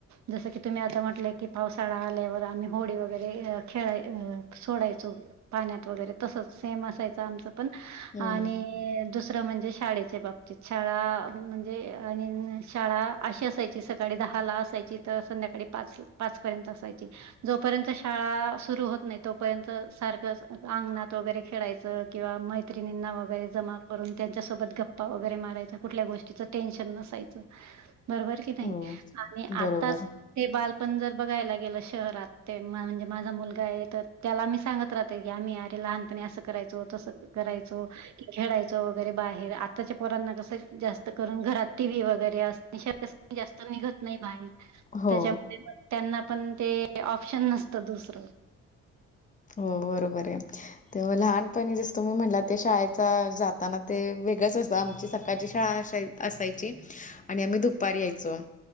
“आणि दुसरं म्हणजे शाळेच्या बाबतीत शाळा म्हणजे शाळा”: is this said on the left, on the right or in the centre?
Right